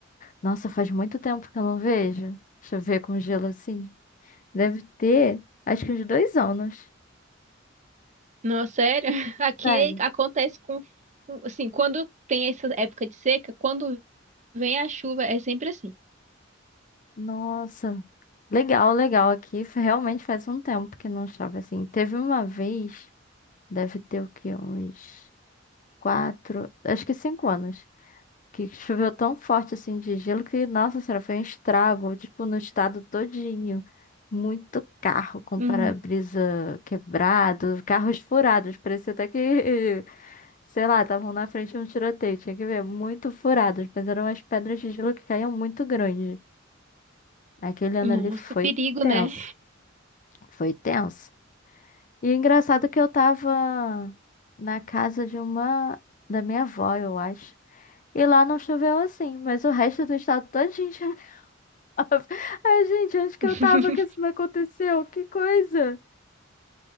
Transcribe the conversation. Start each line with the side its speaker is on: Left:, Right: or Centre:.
Left: Nossa, faz muito tempo que eu não vejo chover com gelo assim. Deve ter, acho que uns dois anos.
Right: Não, sério. <laughs> Aqui
Left: Sério.
Right: acontece com, com- assim, quando tem essa época de seca, quando vem a chuva, é sempre assim.
Left: Nossa, legal, legal. Aqui fa- realmente faz um tempo que não chove assim. Teve uma vez, deve ter o quê? Uns quatro, acho que cinco anos, que choveu tão forte assim de gelo que, nossa senhora, foi um estrago, tipo, no estado todinho. Muito carro com
Right: Uhum.
Left: para-brisa quebrado, carros furados, parecia até que <laughs> Sei lá, estavam na frente de um tiroteio, tinha que ver, muito furados, mas eram umas pedras de gelo que caíam muito grande. Aquele ano
Right: Nossa,
Left: ali foi
Right: perigo,
Left: tenso,
Right: né?
Left: foi tenso. E é engraçado que eu tava na casa de uma, da minha avó, eu acho. E lá não choveu assim, mas o resto do estado todinho choveu. <laughs> Ai, gente, onde que
Right: <laughs>
Left: eu tava que isso não aconteceu? Que coisa!